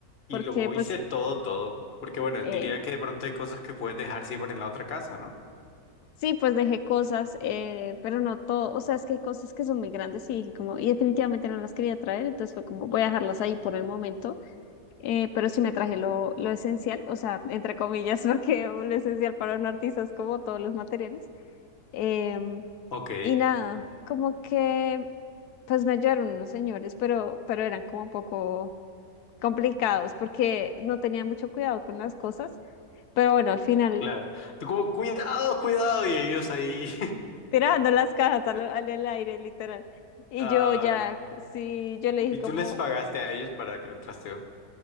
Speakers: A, on the left; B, on the left.
A: y
B: porque
A: lo moviste
B: pues...
A: todo, todo, porque bueno,
B: eh,
A: diría que de pronto hay cosas que puedes dejar siempre en la otra casa, ¿no?
B: Sí, pues dejé cosas, eh, pero no todo. O sea, es que hay cosas que son muy grandes y dije como, y definitivamente no las quería traer, entonces fue como, voy a dejarlas ahí por el momento. eh, pero sí me traje lo, lo esencial, o sea, entre comillas, <laughs> porque lo esencial para un artista es como todos los materiales. Em,
A: Ok,
B: y nada, como que, pues me ayudaron unos señores, pero, pero eran como un poco complicados porque no tenía mucho cuidado con las cosas. Pero bueno, al final
A: claro. Tú como, cuidado, cuidado, y ellos ahí.
B: tirando las cajas al,
A: <laughs>
B: al el aire, literal. Y
A: Ay,
B: yo ya, sí, yo le dije
A: ¿y
B: como,
A: tú les pagaste a ellos para que el trasteo?